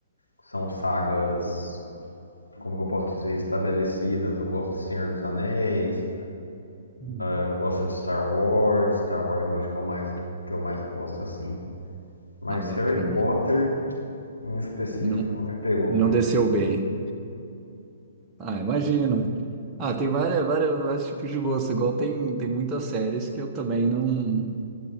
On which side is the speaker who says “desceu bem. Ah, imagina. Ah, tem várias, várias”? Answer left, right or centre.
Right